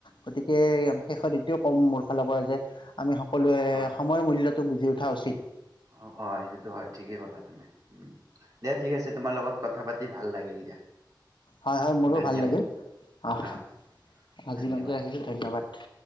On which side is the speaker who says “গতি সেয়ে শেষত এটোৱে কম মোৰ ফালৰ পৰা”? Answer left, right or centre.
Left